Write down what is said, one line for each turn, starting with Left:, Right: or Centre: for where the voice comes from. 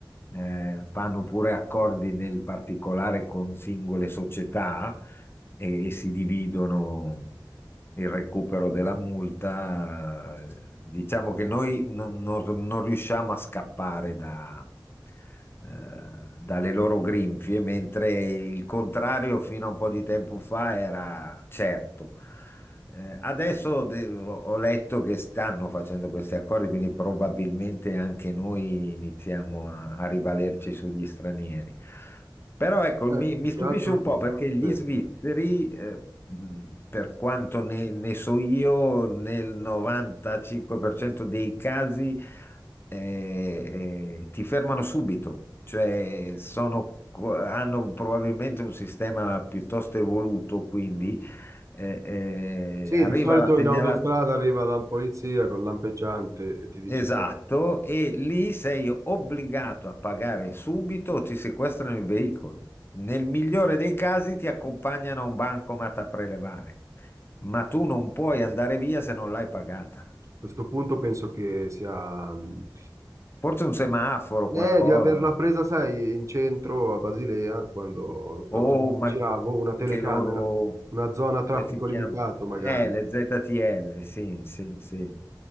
Left: eh, fanno pure accordi nel particolare con singole società e, e si dividono il recupero della multa. Diciamo che noi non, non- non riusciamo a scappare da, eh, dalle loro grinfie, mentre il contrario fino a un po' di tempo fa era certo. Eh, adesso de- ho letto che stanno facendo questi accordi, quindi probabilmente anche noi iniziamo a, a rivalerci sugli stranieri. Però ecco,
Right: Eh,
Left: mi, mi
Right: più che
Left: stupisce
Right: altro
Left: un
Right: che...
Left: po' perché gli
Right: Sì.
Left: svizzeri, eh, mh, per quanto ne, ne so io, nel 95% dei casi eh, eh, ti fermano subito, cioè sono co- hanno probabilmente un sistema piuttosto evoluto, quindi eh, eh,
Right: Sì,
Left: arriva
Right: di solito
Left: la segnalazione.
Right: in autostrada arriva la polizia con lampeggiante e ti dice...
Left: Esatto, e lì sei obbligato a pagare subito o ti sequestrano il veicolo. Nel migliore dei casi ti accompagnano a un bancomat a prelevare, ma tu non puoi andare via se non l'hai pagata.
Right: questo punto penso che sia mh,
Left: Forse un semaforo,
Right: eh,
Left: qualcosa.
Right: di averla presa, sai, in centro a Basilea, quando probabilmente
Left: Oh, ma
Right: giravo, una telecamera,
Left: anche loro,
Right: una zona a traffico
Left: come si chiama?
Right: limitato magari.
Left: Eh, le ZTL, sì, sì, sì.